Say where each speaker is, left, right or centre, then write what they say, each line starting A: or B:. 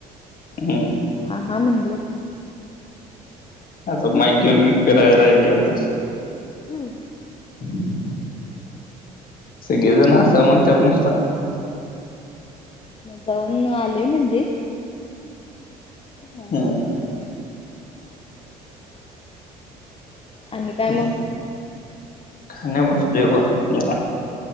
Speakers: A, on the left; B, on the left.
A: हम्म.
B: हा हा म्हनलं.
A: आता माईक घेऊन मी फिरायला राहिली आता.
B: हम्म.
A: <inaudible> सगळेजण असं म्हणतात नुसता
B: जाऊन आलेय म्हणलेत हा
A: हम्म
B: हा म्हंटलं. आणि काय
A: ह <unintelligible>
B: मग
A: खणे सलेय बुआ एक गवा